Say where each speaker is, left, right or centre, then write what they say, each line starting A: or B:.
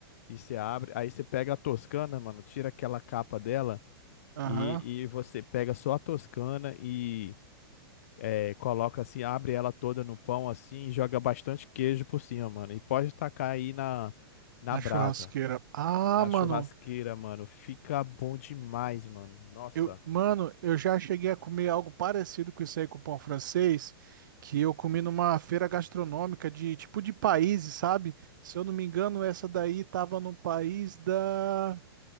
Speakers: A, on the left (about 35°); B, on the right (about 50°).
A: e você abre. Aí você pega a toscana, mano, tira aquela capa dela.
B: Aham,
A: E, e você pega só a Toscana e eh, coloca assim, abre ela toda no pão assim e joga bastante queijo por cima, mano. E pode tacar aí na, na
B: na
A: brasa,
B: churrasqueira. Ah,
A: na
B: mano.
A: churrasqueira, mano. Fica bom demais, mano. Nossa.
B: Eu, mano, eu já cheguei a comer algo parecido com isso aí com pão francês, que eu comi numa feira gastronômica de tipo de países, sabe? Se eu não me engano, essa daí tava no país da.